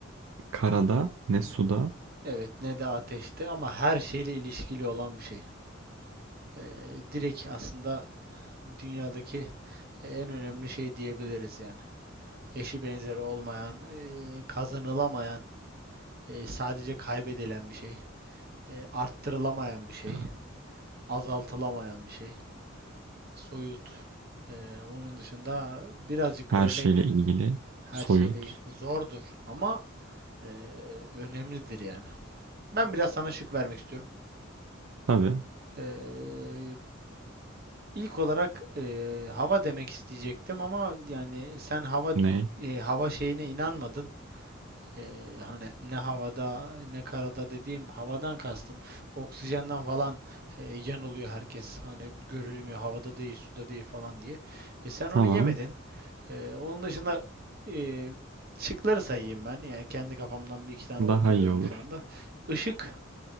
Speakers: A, on the right; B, on the right.
A: karada
B: bu,
A: ne
B: bu-
A: suda.
B: evet ne de ateşte ama her şeyle ilişkili olan bir şey. Ee, direkt aslında dünyadaki en önemli şey diyebiliriz yani. Eşi benzeri olmayan, ee, kazanılamayan E, sadece kaybedilen bir şey. E, arttırılamayan bir şey.
A: Ya,
B: Azaltılamayan bir şey. Soyut. E, onun dışında birazcık
A: Her
B: örnek
A: şeyle ilgili.
B: her
A: Soyut.
B: şeyde zordur ama e, önemlidir yani. Ben biraz sana şık vermek istiyorum.
A: Tabii.
B: E, ilk olarak e, hava demek isteyecektim ama yani sen hava
A: Ne?
B: e, hava şeyine inanmadın. Ee, hani ne havada ne karada dediğim havadan kastım. Oksijenden falan e, yanılıyor herkes. Hani görülmüyor havada değil suda değil falan diye. E, sen
A: Tamam.
B: onu yemedin. Ee, onun dışında e, şıkları sayayım ben. Yani kendi kafamdan bir iki tane
A: Daha
B: uyduruyorum
A: iyi olur.
B: şu anda. Işık